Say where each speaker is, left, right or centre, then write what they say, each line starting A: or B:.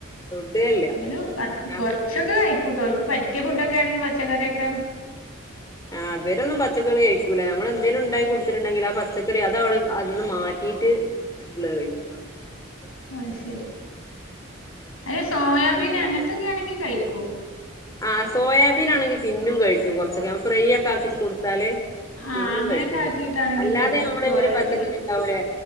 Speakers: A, on the left (about 15°); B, on the left (about 85°).
A: തൊടേല്ല
B: ഒരു <unintelligible>
A: ഞാൻപ്പ
B: കുറച്ച്
A: ഇന്ന്
B: ഒക്കെ കഴിക്കു കേട്ടോ, ഓൾക്ക് പറ്റിയ ഫുഡ് ഒ ക്കണാങ്കിൽപച്ചക്കറിയെക്കെ
A: ആ അവരൊന്നും പച്ചക്കറി കഴക്കൂലേ നമ്മൾ എന്തേലും ഉണ്ടായി കൊടുത്തിട്ടുണ്ടെങ്കിൽ ആ പച്ചക്കറി അത് അവിട്ന്ന് അതൊന്ന് മാ റ്റിട്ട് മറ്റുള്ളത് കഴിക്കവൊ? അങ്ങനെ അങ്ങനത്തെ
B: അത് ശെരി,
A: ഉം
B: അത് സോയാബീൻ
A: അങ്ങനെയാണ്
B: അങ്ങനത്തൊക്കെ
A: അപ്പൊ
B: ആണെങ്കി കഴിക്കും.
A: ആ സോയാബീൻ ആണെങ്കി പിന്നും കഴിക്കും. <unintelligible> കുറച്ചൊക്കെ ഫ്രൈ ഒക്കെ ആക്കിട്ട് കൊടുത്താല്
B: ആഹ്
A: പിന്നും
B: അങ്ങനെയൊക്കെ
A: കഴിക്കും കുറച്ചൊക്കെ
B: ആക്കിയിട്ടാണെങ്കി
A: അല്ലാതെ
B: കഴിക്കും
A: നമ്മളങ്ങനെ
B: സോയാബീന്.
A: പച്ചക്കറി ഉണ്ടാവൂലെ